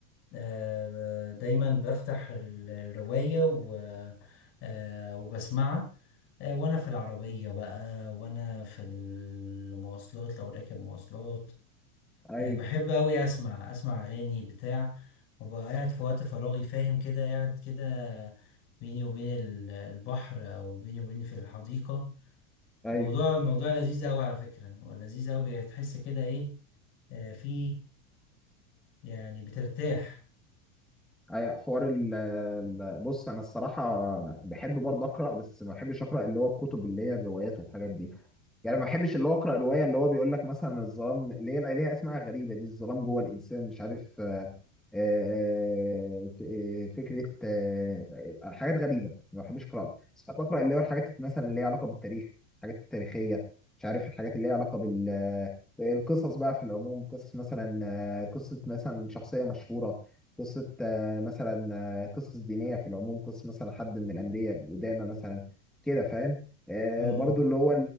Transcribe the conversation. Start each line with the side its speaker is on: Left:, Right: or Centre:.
Left: آه، دايما بفتح الرواية و... آه، وبسمعها آه، وانا في العربية بقى وانا في المواصلات لو راكب مواصلات
Centre: ايوه
Left: آه، بحب أوي أسمع أسمع أغاني بتاع وأبقى قاعد في وقت فراغي فاهم كده قاعد كده بيني وبين ال- البحر أو بيني وبين في الحديقة
Centre: ايوه
Left: الموضوع الموضوع لذيذ أوي على فكرة لذيذ أوي بتحس كده إيه آه، في يعني بترتاح
Centre: أي حوار ال ال- بص انا الصراحه بحب برضه اقرا بس ما بحبش اقرا اللي هو الكتب اللي هي الروايات والحاجات دي يعني ما بحبش اللي هو اقرا روايه اللي هو بيقول لك مثلا الظلام اللي هي ليها اسماء غريبه دي الظلام جوه الانسان مش عارف آه، آه، ف- آه، فكره آه، آه، حاجات غريبه ما بحبش اقراها بس بحب اقرا اللي هو الحاجات مثلا اللي هي علاقه بالتاريخ الحاجات التاريخيه مش عارف الحاجات اللي هي علاقه بال آه، القصص بقى في العموم قصص مثلا آه، قصه مثلا شخصيه مشهوره قصه آه، مثلا آه، قصص دينيه في العموم قصه مثلا حد من الانبياء القدامى مثلا كده فاهم آه،
Left: اه
Centre: برضو اللي هو